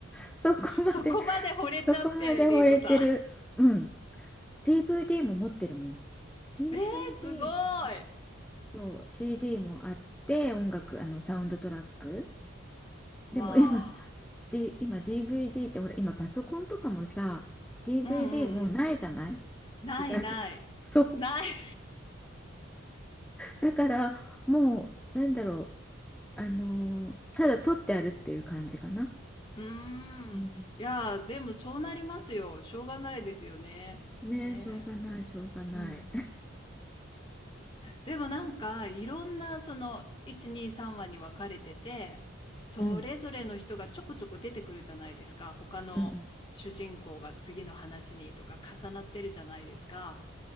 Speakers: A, in the centre; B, on the left (about 25°).
A: そこまで、
B: そこまで惚れちゃって、
A: <laughs> そこまで惚れてる。
B: リーコさん。
A: うん。DVD も持ってるもん。DVD
B: <laughs> えー、すごい。
A: と CD もあって音楽あのサウンドトラックでも今、
B: わあ。
A: D、今 DVD ってほら今パソコンとかもさ DVD
B: うんうんうん。
A: もうないじゃない
B: ないない。
A: 時代が <laughs> そう
B: ない
A: だからもうなんだろうあのーただ撮ってあるっていう感じかな
B: うーん。
A: うん
B: いやー、でもそうなりますよ。しょうがないですよね。
A: ねえしょうがないしょうがない
B: ねえ。うん。でもなんか、いろんなその、1、2、3話に分かれてて、それぞれの人がちょこちょこ出てくるじゃないですか。
A: <laughs> うん
B: 他の主人公が次の話にとか重なってるじゃないですか。
A: うんうん